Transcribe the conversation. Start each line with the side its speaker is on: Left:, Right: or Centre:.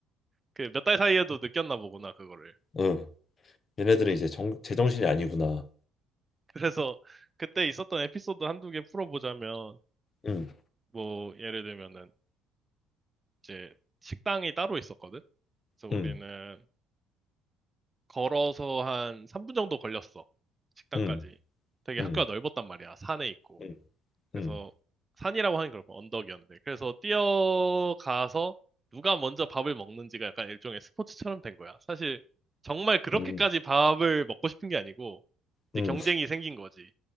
Right: 그 몇 달 사이에도 느꼈나 보구나, 그거를.
Left: 응. 얘네들은 이제 정, 제정신이 아니구나.
Right: 그래서 그때 있었던 에피소드 한두 개 풀어보자면,
Left: 응,
Right: 뭐, 예를 들면은, 이제 식당이 따로 있었거든? 그래서
Left: 응,
Right: 우리는 걸어서 한 3분 정도 걸렸어. 식당까지.
Left: 응,
Right: 되게
Left: 응,
Right: 학교가 넓었단 말이야. 산에 있고.
Left: 응,
Right: 그래서
Left: 응,
Right: 산이라고 하는 걸 언덕이었는데 그래서 뛰어가서 누가 먼저 밥을 먹는지가 약간 일종의 스포츠처럼 된 거야. 사실 정말 그렇게까지
Left: 응,
Right: 밥을 먹고 싶은 게 아니고 이제
Left: 응.
Right: 경쟁이 생긴 거지.